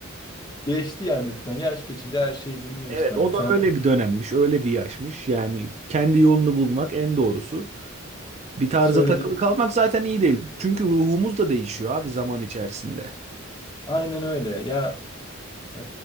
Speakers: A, on the left; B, on the right.
A: geçti yani üstünden. Yaş geçince her şeyi dinliyorsun
B: Evet,
A: abi.
B: o
A: Şu
B: da
A: an
B: öyle bir dönemmiş, öyle bir yaşmış. Yani kendi yolunu bulmak en doğrusu. Bir tarza
A: söylediğim
B: takılı Evet. kalmak zaten iyi değil. Çünkü ruhumuz da değişiyor abi zaman içerisinde.
A: aynen öyle. Ya e,